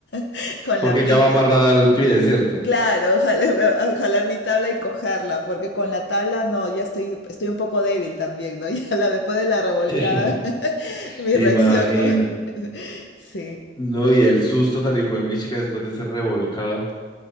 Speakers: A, on the left; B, on the left.
A: <laughs> con
B: porque
A: la pita
B: ya va amarrada al pie, ¿cierto?
A: Claro, jalar, <laughs> jalar mi tabla y cogerla, porque con la tabla no, ya estoy, estoy un poco débil también, ¿no? <laughs> Ya la, después de la revolcada,
B: <laughs>
A: <laughs> mi
B: Imagina.
A: reacción, ¿no? Sí.
B: No, y el susto tan hijo de mi chica después de ser revolcada.